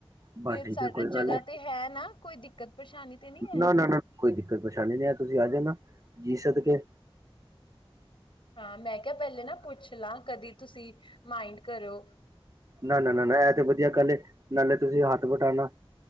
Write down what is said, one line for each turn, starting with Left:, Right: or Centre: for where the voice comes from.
Right: ਬਸ
Left: ਤੇ
Right: ਠੀਕ
Left: ਸਾਡੇ
Right: ਹੈ ਕੋਈ
Left: ਜਗਾ
Right: ਗੱਲ ਨਹੀਂ
Left: ਤੇ ਹੈ ਨਾ, ਕੋਈ ਦਿੱਕਤ ਪਰੇਸ਼ਾਨੀ ਤੇ ਨੀ ਐ।
Right: ਨਾ ਨਾ ਨਾ ਕੋਈ ਦਿੱਕਤ ਪਰੇਸ਼ਾਨੀ ਨੀ ਐ, ਤੁਸੀ ਆ ਜਾਣਾ, ਜੀ ਸੱਦਕੇ।
Left: ਹਾਂ, ਮੈਂ ਕਿਹਾ ਪਹਿਲੇ ਨਾ ਪੁੱਛ ਲਾਂ, ਕਦੀ ਤੁਸੀ ਮਾਇਂਡ ਕਰੋ।
Right: ਨਾ, ਨਾ, ਨਾ, ਨਾ ਐ ਤੇ ਵਧੀਆ ਗੱਲ ਏ, ਨਾਲੇ ਤੁਸੀ ਹੱਥ ਵਟਾਉਣਾ